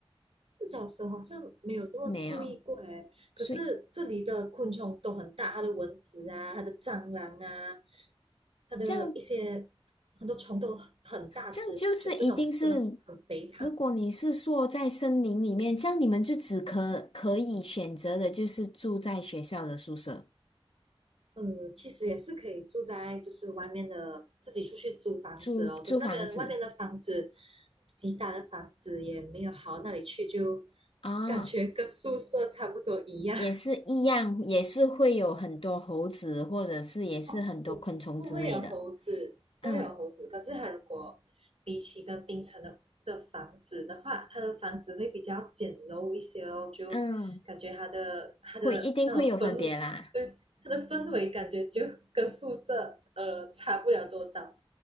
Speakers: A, on the right; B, on the left.
A: 四脚蛇好像没有这么注意过哎。
B: 没有，
A: 可是这里的昆虫都很大，
B: 所以
A: 它的蚊子啊，它的蟑螂啊，它的一些很多虫都很大只，
B: 这样这样就是一定是。
A: 就这种真的很肥胖。
B: 如果你是说在森林里面，这样你们就只可可以选择的就是住在学校的宿舍。
A: 呃，其实也是可以住在就是外面的，自己出去租房子咯。
B: 租租房子
A: 可是那边外面的房子，吉打的房子也没有好到哪里去，就 <laughs>
B: 啊，
A: 感觉跟宿舍差不多一样，
B: 也是一样，也是会有很多猴子，或者是也是很多昆虫之类的。
A: <laughs> 不不会有猴子，不会有猴子。
B: 嗯
A: 可是它如果比起跟槟城的的房子的话，它的房子会比较简陋一些哦，就感觉它的它的那种氛，
B: 嗯，会一定会有分别啦。
A: 对，它的氛围感觉就跟宿舍呃差不了多少。